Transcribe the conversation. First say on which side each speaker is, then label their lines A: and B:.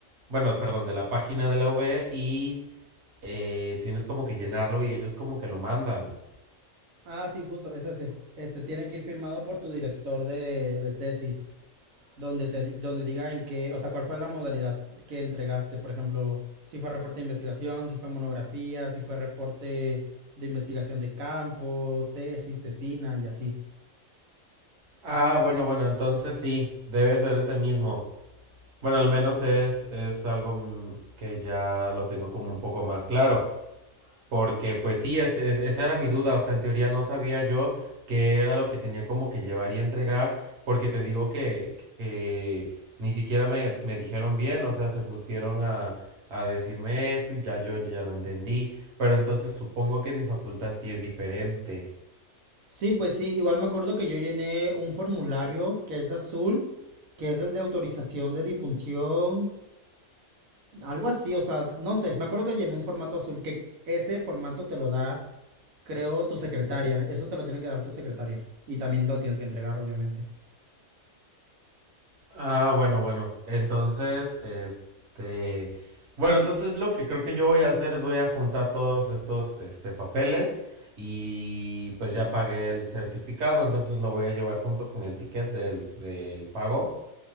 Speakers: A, on the right; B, on the right.
A: bueno, perdón, de la página de la V y eh, tienes como que llenarlo y ellos como que lo mandan.
B: Ah, sí, justo, es ese. Este, tiene que ir firmado por tu director de, de tesis, donde te, di- donde diga en qué, o sea, cuál fue la modalidad que entregaste. Por ejemplo, si fue reporte de investigación, si fue monografía, si fue reporte de investigación de campo, tesis, tesina y así.
A: Ah, bueno, bueno, entonces sí, debe ser ese mismo. Bueno, al menos es, es algo mm, que ya lo tengo como un poco más claro. Porque pues sí, es, es- esa era mi duda, o sea, en teoría no sabía yo qué era lo que tenía como que llevar y entregar, porque te digo que, que ni siquiera me, me dijeron bien, o sea, se pusieron a, a decirme eso y ya yo ya no entendí, pero entonces supongo que en mi facultad sí es diferente.
B: Sí, pues sí, igual me acuerdo que yo llené un formulario que es azul, que es el de autorización de difusión Algo así, o sea, no sé, me acuerdo que llené un formato azul, que ese formato te lo da, creo, tu secretaria. Eso te lo tiene que dar tu secretaria. Y también lo tienes que entregar, obviamente.
A: Ah, bueno, bueno. Entonces, este, bueno, entonces lo que creo que yo voy a hacer es voy a juntar todos estos, este, papeles y pues ya pagué el certificado, entonces lo voy a llevar junto con el ticket del, del pago